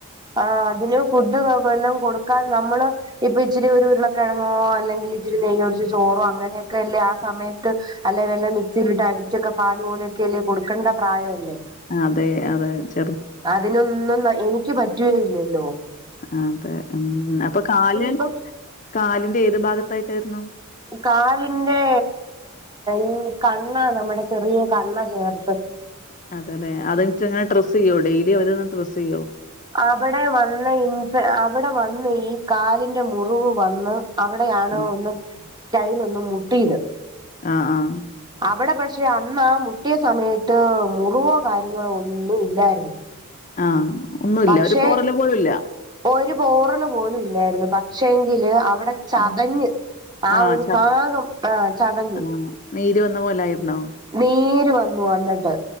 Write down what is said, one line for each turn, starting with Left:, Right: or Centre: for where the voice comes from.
Right: ആഹ് അതിന് ഫുഡ് എല്ലാം കൊടുക്കാൻ നമ്മള് ഇപ്പൊ ഇച്ചിരി ഒരു ഉരുളക്കിഴങ്ങോ അല്ലെങ്കിൽ ഇച്ചിരി നെയ് ഒഴിച്ച് ചോറോ അങ്ങനെയൊക്കെ അല്ലേ ആ സമയത്ത് അല്ലെ വല്ല മിക്സിയിലിട്ട് അടിച്ചൊക്കെ പാല് പോലെയൊക്കെ അല്ലേ കൊടുക്കണ്ട പ്രായം അല്ലേ
Left: അതെ അതൊക്കെ
Right: അതിനൊന്നും എനിക്ക് പറ്റുകേ ഇല്ലല്ലോ
Left: ആഹ് അതെ ഉം അപ്പൊ കാല്
Right: ഇപ്പം
Left: കാലിന്റെ ഏത് ഭാഗത്തായിട്ടായിരുന്നു
Right: കാലിന്റെ ഈ കണ്ണ നമ്മുടെ ചെറിയ കണ്ണ ചേർത്ത്
Left: അതെല്ലെ അത് എന്നിട്ട് ഇങ്ങനെ ഡ്രസ് ചെയ്യോ ഡെയിലി അവർവന്ന് ഡ്രസ് ചെയ്യോ
Right: അവിടെ വന്ന് ഇൻ അവിടെ വന്ന് ഈ കാലിന്റെ മുറിവ് വന്ന് അവിടെയാണ്
Left: ഉം
Right: ഒന്ന് ടൈലോന്നു മുട്ടിയത്
Left: ആഹ് ആഹ്
Right: അവിടെ പക്ഷെ അന്ന് മുട്ടിയ സമയത്ത് മുറിവോ കാര്യങ്ങളോ ഒന്നും ഇല്ലായിരുന്നു
Left: ആഹ് ഒന്നുമില്ല
Right: പക്ഷെ
Left: ഒരു പോറൽ പോലുമില്ല
Right: ഒരു പോറൽ പോലും ഇല്ലായിരുന്നു പക്ഷെങ്കില് അവിടെ ചതഞ്ഞ്
Left: ആഹ്
Right: ആ
Left: ആഹ്
Right: ഒരു
Left: ച
Right: ഭാഗം ആഹ് ചതഞ്ഞു
Left: ആഹ് നീര് വന്ന പോലായിരുന്നോ
Right: നീര് വന്നു വന്നിട്ട്